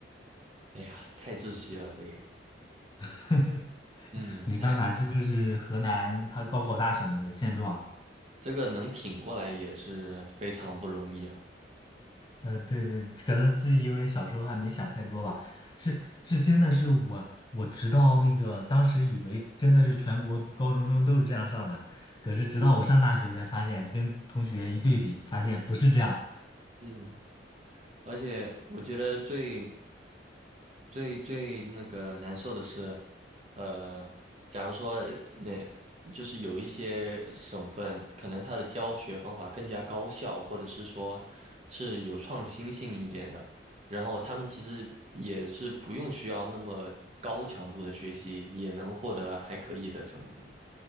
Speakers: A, on the right; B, on the left.
A: 哎呀，太窒息了，这也，
B: <laughs>
A: 嗯，
B: 没办法，
A: 太，
B: 这就是河南它高考大省的现状。
A: 这个能挺过来也是非常不容易啊。
B: 呃，对对，可能是因为小时候还没想太多吧，是是，真的是我，我直到那个当时以为真的是全国高中生都是这样上的，可是直到我上大学才发现，跟同学一对比，发现不是这样。
A: 嗯。而且我觉得最最最那个难受的是，呃，假如说那就是有一些省份，可能它的教学方法更加高效，或者是说是有创新性一点的，然后他们其实也是不用需要那么高强度的学习，也能获得还可以的成绩。